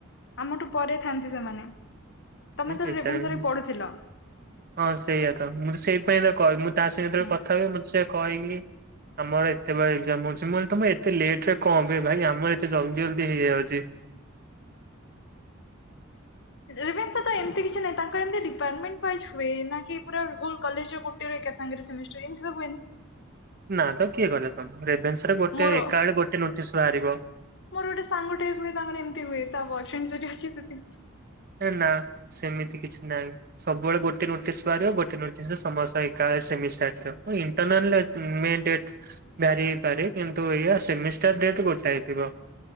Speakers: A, on the left; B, on the right.
A: ଆମଠୁ ପରେ ଥାନ୍ତି ସେମାନେ ତମେ
B: କେଜାଣି
A: ତ ରେଭେନ୍ସାରେ ପଢୁଥିଲ।
B: ହଁ ସେଇଆ ତ ମୁଁ ସେଇଥିପାଇଁ ତ କହେ ମୁ ତା ସହିତ ଯେତେବେଳେ
A: ହୁଁ
B: କଥାହୁଏ ମତେ ସେ କହିକି ଆମର ଏତେବେଳେ ଏକ୍ଜାମ ହେଉଛି ମୁଁ କହିଲି ତମର ଏତେ ଲେଟରେ କଣ ପାଇଁ ଭାଇ ଆମର ଏତେ ଜଲଦି ଜଲ୍ଦି ହେଇଯାଉଛି
A: ରେଭେଶ୍ଵା ତ ଏମିତି କିଛି ନାହିଁ ତାଙ୍କର ଏମିତି ଡିପାର୍ଟମେଣ୍ଟ ୱାଇଜ୍ ହୁଏ ନା କି ପୁରା ହୋଲ କଲେଜର ଗୋଟେର ଏକ ସାଙ୍ଗରେ ସେମିଷ୍ଟର ଏମିତି ତ ହୁଏନି
B: ନା ତ କିଏ କହିଲା ତମକୁ ରେଭେନ୍ସ ରେ ଗୋଟେ
A: ମୋର
B: ଏକା ବଳେ ଗୋଟେ ନୋଟିସ୍ ବାହାରିବ
A: ମୋର ଗୋଟେ ସାଙ୍ଗଟେ କୁହେ ତାଙ୍କର ଏମତି ହୁଏ ତା ବୟଫ୍ରେଣ୍ଡ ସେଠି ଅଛି ସେଥିପାଇଁ
B: ଏ ନାଁ ସେମିତି କିଛି ନାହିଁ ସବୁବେଳେ ଗୋଟେ ନୋଟିସ ବାହାରିବ ଗୋଟେ ନୋଟିସ ରେ ସମସ୍ତ ଏକାବେଳେ ସେମିଷ୍ଟାର ଏତେରକ ଇଁ। ଇଣ୍ଟେରନାଲ ରେ ମେ ଡେଟ ବାରି ହେଇପାରେ କିନ୍ତୁ ଏଇଆ ସେମିଷ୍ଟାର ଡେଟ ଗୋଟେ ହେଇଥିବ